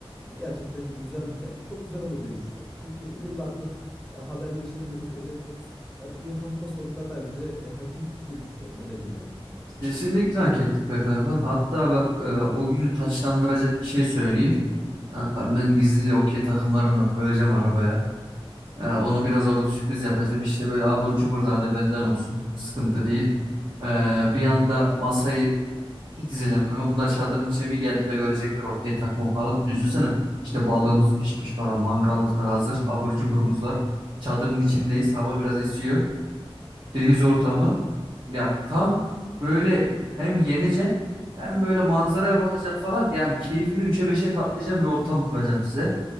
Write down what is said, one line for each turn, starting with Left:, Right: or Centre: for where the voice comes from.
Centre: E, gerçekten güzel yani çok güzel olur diye düşünüyorum. Çünkü yıllardır e, haberleşemiyoruz, edemiyoruz. Ya bir hafta sonunda bence e, hak ettik diye düşünüyorum. Öyle diyeyim yani kankam sana.
Right: Kesinlikle hak ettik be kankam. Hatta bak e, o günü taçlandıracak bir şey söyleyeyim. Kanka ben gizlice okey takımlarını da koyacağım arabaya. E, onu biraz orada sürpriz yapacağım. İşte böyle abur cubur da hadi benden olsun. Sıkıntı değil. E, bir anda masayı bir dizeceğim kanka. Bunlar çadırın içine bir geldi de görecekler okey takımı falan. Üzülsene. İşte balığımız pişmiş falan. Mangallıklar hazır. Abur cuburumuz var. Çadırın içindeyiz. Hava biraz esiyor deniz ortamı. Ya tam böyle hem yeneceksin hem böyle manzaraya bakacaksın falan. Yani keyfini üçe beşe katlayacağım bir ortam kuracağım size.